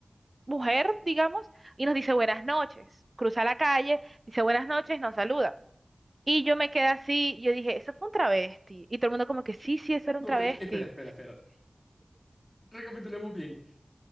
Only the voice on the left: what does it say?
No,
te... espera, espera, espera. Recapitulemos bien.